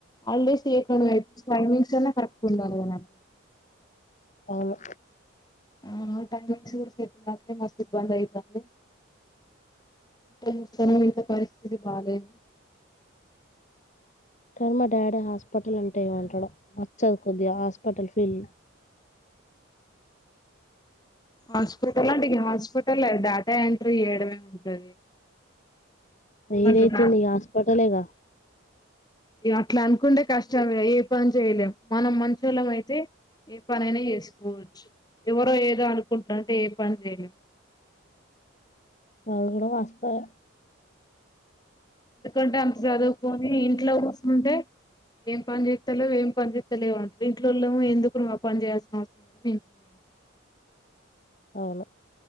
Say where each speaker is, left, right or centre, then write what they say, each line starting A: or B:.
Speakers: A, on the left; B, on the left.
A: హాలిడేస్ టైమింగ్స్ అన్న కరక్ట్ ఉండలే గా నాకు
B: అవును
A: ఆ టంగూరు చెప్పటినట్ే మస్తు ఇబ్బంది అవుతుంది ఇ మస్త ఇత పరిస్థితి బాాలలేదు <inaudible>
B: కానీ మా డాడీ హాస్పిటల్ అంటే ఏమంటాడో నాచ్చదు కొద్దిగా హాస్పిటల్ ఫీల్డ్
A: అ లాంటి హాస్పిట లే డేటా ఎంట్రీ చేయడమే ఉంటది ఏమంటారు
B: ఏదైతే ఏందీ హాస్పిటల్గా
A: అట్లా అనుకుంటే కష్టం ఏ పని చేయలేం మనం మంచొల్లం అయితే ఏ పనైనా చేసుకోవచ్చు ఎవరో ఏదో అనుకుంటారంటే ఏ పని చేయలేం
B: అది కూడా వస్తుం
A: ఎందుకంటే అంత చదువుకొని ఇంట్లో కూర్చంటే ఏం పని చేస్తాలేవ్ ఏం పని చేస్త లేవంటారు ఇంట్లోళ ఎందుకు మా పని చేయాల్సిన అవసరం లేదని ఇంట్లోలో అంటారు
B: అవును